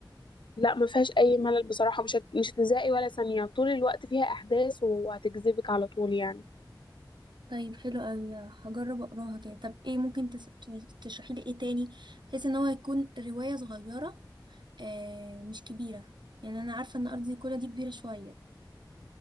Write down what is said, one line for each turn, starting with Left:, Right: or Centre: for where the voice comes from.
Left: لا ما فيهاش اي ملل بصراحه مش هت... مش هتزهقي ولا ثانيه طول الوقت فيها احداث وهتجذبك على طول يعني
Right: طيب حلو قوي هجرب اقراها كده طب ايه ممكن تس- تشرحي لي ايه تاني بحيث ان هو يكون روايه صغيره آه مش كبيره يعني انا عارفه ان ارض كلها دي كبيره شويه